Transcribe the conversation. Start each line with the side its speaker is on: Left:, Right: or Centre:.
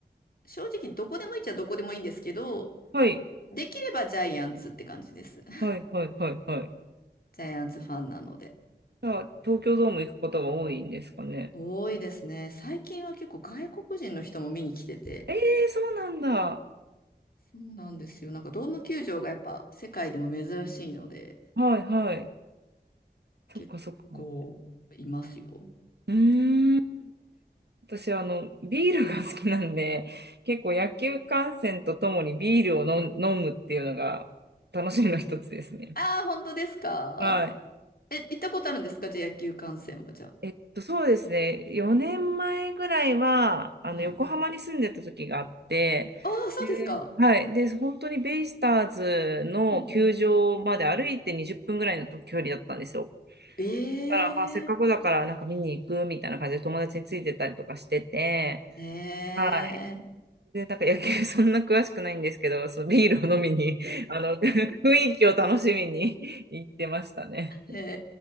Left: 正直どこでもいいっちゃどこでもいいんですけど、
Right: はい、
Left: できればジャイアンツって感じです。<laughs>
Right: はい、はい、はい、はい。
Left: ジャイアンツファンなので。
Right: じゃあ、東京ドーム行くことが多いんですかね。
Left: 多いですね。最近は結構外国人の人も見に来てて。
Right: ええそうなんだ。
Left: そうなんですよ。なんかドーム球場がやっぱ世界でも珍しいので、
Right: はい、はい。
Left: 結構いますよ。
Right: そっかそっか。うーん。私はあのビールが好きなんで結構野球観戦とともにビールを飲む飲むっていうのが楽しみの一つですね。
Left: ああ、本当ですか
Right: はい。
Left: え、行ったことあるんですかじゃあ野球観戦はじゃあ。
Right: えっとそうですね4年前ぐらいはあの横浜に住んでた時があってで、
Left: はい。ああ、そうですか。
Right: はい、で本当にベイスターズの球場まで歩いて20分ぐらいの距離だったんですよ。
Left: うんうん。ええ
Right: だからまあせっかくだからなんか見に行くみたいな感じで友達についてたりとかしてて。
Left: ええ
Right: はいで、なんか野球 <laughs> そんな詳しくないんですけど、そのビールを飲みに、<laughs> あの、<laughs> 雰囲気を楽しみに <laughs> 行ってましたね。
Left: ーへ